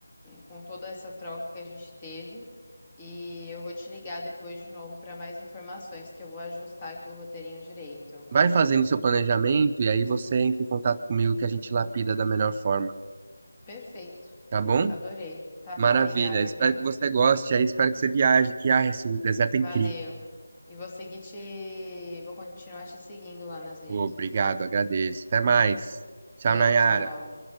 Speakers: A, on the left; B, on the right.
A: com toda essa troca que a gente teve. E eu vou te ligar depois de novo para mais informações, que eu vou ajustar aqui o roteirinho direito.
B: Vai fazendo seu planejamento e aí você entra em contato comigo que a gente lapida da melhor forma,
A: Perfeito.
B: tá bom?
A: Adorei. Tá
B: Maravilha,
A: bom, obrigada,
B: espero
A: viu?
B: que você goste, aí espero que você viaje, que ah, esse deserto é
A: Valeu.
B: incrível.
A: E vou seguir te. Vou continuar te seguindo lá nas redes.
B: Pô, obrigado, agradeço. Até mais. Tchau,
A: Até,
B: Nayara.
A: tchau.